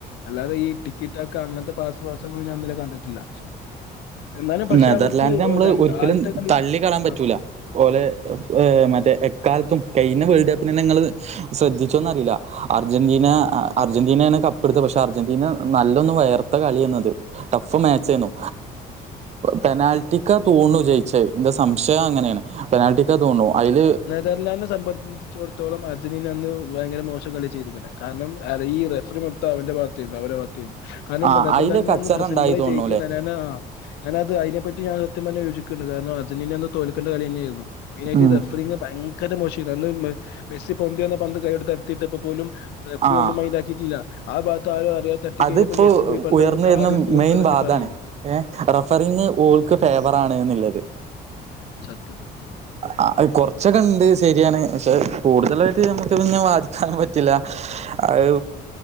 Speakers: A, on the left (about 80°); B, on the right (about 40°).
A: അല്ലാതെ ഈ ടിക്കറ്റൊക്കെ അങ്ങനത്തെ പാസ്പാസങ്ങൾ ഞാൻ ഇന്നലെ കണ്ടിട്ടില്ല എന്നാലും പക്ഷെ
B: നെതർലാൻഡനെ
A: അവർക്ക്
B: നമ്മള്
A: ഒ രണ്ട്
B: ഒരിക്കലും
A: ആദ്യത്തെ കളി
B: തള്ളി കളയാൻ പറ്റൂല
A: ആ,
B: ഓലെ
A: ഉം,
B: മറ്റേ എക്കാലത്തും കഴിഞ്ഞ വേൾഡ് കപ്പിന് തന്നെങ്ങള് ശ്രദ്ധിച്ചൊന്ന് അറിയില്ല അർജന്റീന അർജന്റീനയാണ് കപ്പെടുത്തത് പക്ഷെ അർജന്റീന നല്ലൊന്ന് വയർ കളിയെന്നത് ടഫ് മാച്ചേനു പെനാൽറ്റിക്ക തോന്നു ജയിച്ചേ എന്റെ സംശയം അങ്ങനെയാണ് പെനാൽറ്റിക്ക തോന്നു അയിൽ
A: തർലാന്റ് സംഭടിച്ചു തിടത്തോളം അർജന്റീന അന്ന് ഭയങ്കര മോശം കളി ചെയ്തിരിക്ണ് കാരണം ഈ റഫറി മൊത്തം അവന്റെ ഭാഗത്ത അവരെ ഭാഗ കാരണം
B: ആഹ്
A: നെതർലാൻഡിനന്
B: അയില് കച്ചറ
A: അന്ന്
B: ഉണ്ടായി
A: സിംബ്ളായി
B: തോന്നുണുല്ലേ
A: ജയിക്കാൻ ആ ഞാന അത് അതിനെപ്പറ്റി ഞാ സത്യം പറഞ്ഞ യോജിക്ക്ണ്ട് കാരണം അർന്റീനയന്ന് തോൽക്കണ്ട കളി തന്നായിരുന്നു മെയ്നായിട്ട്
B: ഉം
A: ഭയങ്കര മോശമായി അന്ന് മെസ്സി പൊന്തി വന്ന പന്ത് കൈയോണ്ട് തട്ടിട്ടപ്പോപോലും റഫറി
B: ആഹ്
A: ഒന്നും മൈൻഡാക്കിയിട്ടില്ല ആ ഭാഗത്ത് ആരോ അറിയാതെ തട്ടി
B: അതിപ്പോ
A: കഴിഞ്ഞപ്പോ മെസ്സി പോയി പറഞ്ഞ്
B: ഉയർന്നു
A: കാഡ്
B: വരുന്ന
A: എടുത്ത് കൊടുക്കന്നൊക്കെ
B: മെയിൻ വാദാണ്
A: പറയണേ
B: ഏഹ് റഫറിങ്ങ് ഓര്ക്ക് ഫേവർ ആണ് എന്നുള്ളത്
A: സത്യം സത്യം
B: ആഹ് കുറച്ചൊക്കെ ഉണ്ട് ശരിയാണ് പക്ഷെ കൂടുതലായിട്ട് നമുക്ക് പിന്നെ വാദിക്കാൻ പറ്റില്ല ആഹ്